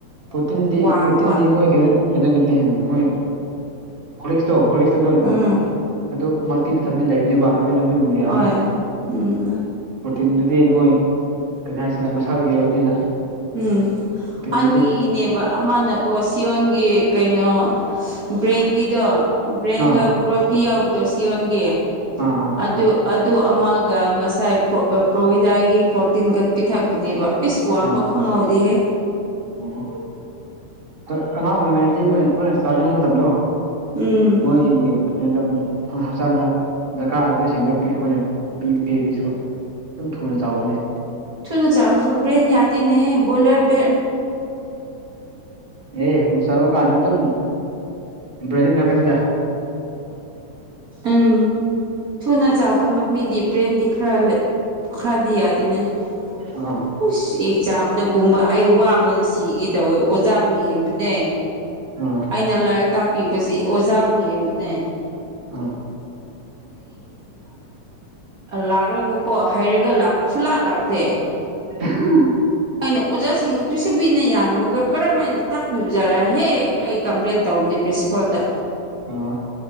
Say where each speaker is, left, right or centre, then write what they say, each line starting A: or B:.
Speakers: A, on the right; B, on the right.
A: ꯄ꯭ꯔꯣꯇꯤꯟꯗꯤ
B: ꯋꯥꯡꯕ
A: ꯄ꯭ꯔꯣꯇꯤꯟꯗꯤ ꯃꯣꯏ ꯀꯩꯅ ꯀꯩꯅꯣꯒꯅꯤꯦ ꯃꯣꯏ ꯍꯣꯂꯤꯛꯁꯇꯣ ꯍꯣꯂꯤꯛꯁꯇꯣ ꯂꯣꯏ
B: ꯎꯝ
A: ꯎ ꯑꯗꯨ ꯃꯜꯇꯤꯚꯤꯇꯥꯃꯤꯟ ꯂꯩꯕꯅꯦꯕ ꯑꯗꯗ ꯑꯗꯨꯝ ꯌꯥ ꯌꯥꯅꯤ
B: ꯍꯣꯏ ꯎꯝ
A: ꯇꯤꯟꯗꯨꯗꯤ ꯃꯣꯏ ꯀꯩꯅꯣ ꯍꯥꯏꯁꯤꯔ ꯃꯁꯥꯒꯤ ꯑꯣꯏꯕꯅꯤꯅ
B: ꯎꯝ
A: ꯄ꯭ꯔꯣꯇꯤꯟꯗꯨꯗꯤ
B: ꯑꯅꯤꯒꯤꯅꯦꯕ ꯑꯃꯅꯀꯣ ꯁꯤꯌꯣꯟꯒꯤ ꯀꯩꯅꯣ ꯕ꯭ꯔꯦꯟꯒꯤꯗꯣ ꯕ꯭ꯔꯦꯟꯒ
A: ꯑꯥ
B: ꯒ꯭ꯔꯣꯠꯀꯤ ꯌꯥꯎꯕꯗꯣ ꯁꯤ ꯑꯣꯣꯟꯒꯦ
A: ꯑꯥ ꯑꯥ
B: ꯑꯗꯨ ꯑꯗꯨ ꯑꯃꯒ ꯉꯁꯥꯏ ꯄ꯭ꯔꯣꯕꯤꯗꯥꯒꯤ ꯄꯣꯔꯇꯤꯟꯒ ꯄꯤꯊꯛꯄꯅꯦꯕ ꯑꯩꯁꯨ ꯋꯥꯡꯕ
A: ꯑꯥ
B: ꯈꯪꯍꯧꯗꯦꯍꯦ
A: ꯑꯣ ꯑ ꯑꯉꯥꯡ ꯑꯣꯏꯔꯤꯉꯩꯗꯤ ꯃꯣꯏ ꯃꯣꯏ ꯆꯥꯅꯤꯡꯕ ꯃꯇꯝꯗꯣ
B: ꯎꯝ
A: ꯃꯣꯏ ꯀ ꯇ ꯍꯛꯆꯥꯡꯗ ꯗꯔꯀꯥꯔ ꯑꯣꯏꯕꯁꯤꯡꯗꯣ ꯑꯩꯈꯣꯏꯅ ꯄꯤꯕꯤꯗꯤꯁꯨ ꯑꯗꯨꯝ ꯊꯨꯅ ꯆꯥꯎꯒꯅꯤ
B: ꯊꯨꯅ ꯆꯥꯎꯥꯔꯁꯨ ꯕ꯭ꯔꯦꯟ ꯌꯥꯗꯦꯅꯦꯍꯦ ꯕꯣꯏꯂꯔꯕ
A: ꯑꯦ ꯍꯨ ꯁꯔꯣ ꯀꯥꯟꯅ ꯑꯗꯨꯝ ꯏ꯭ꯔꯣꯏꯅꯤ ꯊꯣꯛꯔꯛꯀꯅꯤꯗ
B: ꯎꯝ ꯊꯨꯅ ꯆꯥꯎꯒꯟꯕ ꯃꯤꯗꯤ ꯕ꯭ꯔꯦꯟꯗꯤ ꯈꯔ ꯄꯨ ꯈꯥꯗꯤꯌꯥ ꯑꯗꯨꯅꯦꯁꯤ
A: ꯑꯥ
B: ꯑꯦꯛꯖꯥꯝꯗꯒꯨꯝꯕ ꯑꯩ ꯋꯥꯕꯅ ꯁꯤꯒ ꯇꯧꯋꯦ ꯑꯣꯖꯥꯕꯨ ꯍꯦꯟꯕꯅꯦ
A: ꯑꯥ
B: ꯑꯩꯅ ꯂꯥꯏꯔꯤꯛ ꯇꯥꯛꯄꯤꯕꯁꯤ ꯑꯣꯖꯥꯕꯨ ꯌꯦꯡꯕꯅꯦ
A: ꯑꯥ
B: ꯂꯥꯛꯂꯒꯀꯣ ꯍꯥꯏꯩꯔꯒ ꯂ ꯁꯨꯂꯥꯛ ꯂꯥꯛꯇꯦ
A: <unintelligible>
B: ꯑꯩꯅ ꯑꯣꯖꯥꯁꯤꯡ ꯇꯨꯁꯟꯕꯤꯅ ꯌꯥꯝꯃꯒ ꯀꯔꯝ ꯍꯥꯏꯅ ꯇꯥꯛꯄꯤꯕꯖꯥꯔꯥ ꯍꯦꯛꯦꯛ ꯑꯩ ꯀꯝꯄ꯭ꯂꯦꯟ ꯇꯧꯅꯦ ꯄ꯭ꯔꯤꯟꯁꯤꯄꯥꯜꯗ
A: ꯑꯥ